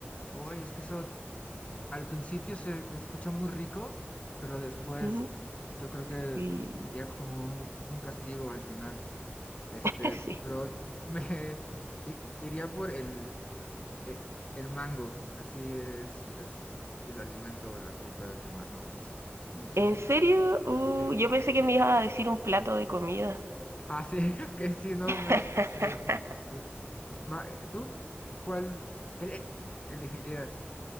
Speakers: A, on the left; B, on the right.
A: Oye, es que eso al principio se escucha muy rico, pero después
B: Ujú,
A: yo creo que
B: Y
A: sería como un, un castigo al final. Este,
B: <laughs>
A: pero
B: sí.
A: me <laughs> i- iría por el eh, el mango, así es, es el alimento o la fruta que más me gusta, muchísimo.
B: ¿En serio? Uh,
A: Sí.
B: yo pensé que me iba a decir un plato de comida.
A: Ah, sí, <laughs> que si no me,
B: <laughs>
A: me- sí. Ma- eh, ¿tú cuál ele- elegirías?